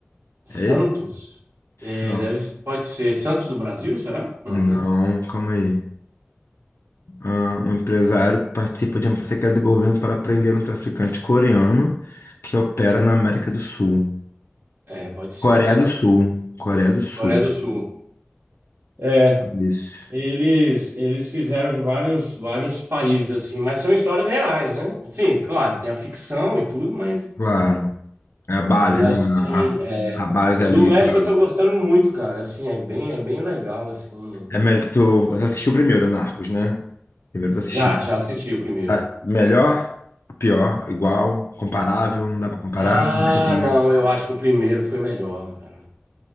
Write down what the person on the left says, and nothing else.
É esse? Santos.
Não,
calma aí. Ah, um empresário participa de uma secreta do governo para prender um traficante coreano que opera na América do Sul.
Coreia
do Sul. Coreia do Sul.
Isso.
Claro. É a base,
né?
A, a base
ali
pra.
É melhor, tu, tu assistiu primeiro, Narcos, né? Primeiro tu assistiu.
Ah, Melhor, pior, igual, comparável, não dá pra comparar.
Como é que você tá?